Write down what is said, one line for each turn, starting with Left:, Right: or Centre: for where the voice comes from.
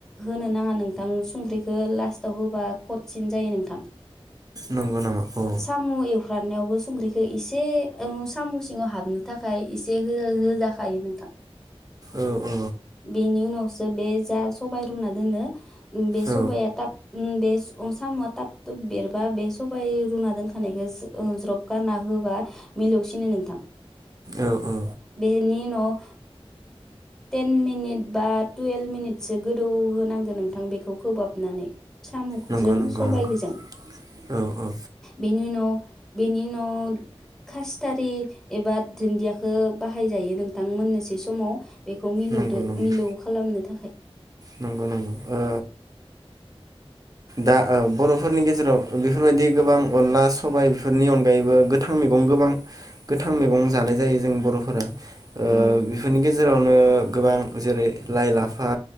Centre: होनो नाङा नोंथां संख्रिखौ लास्टाव होबा खतसिन जायो नोंथां।
Right: नंगौ नामा औ
Centre: साम' एवफ्रामनायावबो संख्रिखौ एसे ओम साम' सिङाव हाबनो थाखाय एसे हो-होजाखायो नोंथां
Right: औ औ
Centre: बेनि उनाव वसो बे जा सबबाय रुना दोनो बे
Right: औ
Centre: सबाया थाब ओम बे साम'आ थाब थुब बेरबा बे सबाइ रुना दोनखानायखौ ज्रब गारना होबा मिलौसिनो नोंथां।
Right: औ ओ
Centre: बे बिनि उनाव टेन मिनिट बा टुवेल्भ मिनिटसो गोदौ होनांगौ नोंथां बेखौ खोबहाबनानै साम'जों
Right: नंगौ नंगौ
Centre: सबायाइ
Right: नंगौ
Centre: गोजों
Right: औ ओ
Centre: बेनि उनाव बेनि उनाव खासटारि एबा दुन्दियाखौ बाहाय जायो नोंथां मोननोसै समाव बेखौ मिलौदो
Right: नंगौ नंगौ
Centre: मिलौ खालामनो थाखाय।
Right: नंगौ नंगौ ओ दा ओ बर'फोरनि गेजेराव बेफोरबायदि गोबां अनला सबाय बेफोरनि अनगायैबो गोथां मैगं गोबां गोथां मैगं जानाय जायो जों बर'फोरा ओ
Centre: उम
Right: बेफोरनि गेजेरावनो गोबां जेरै लाइ लाफा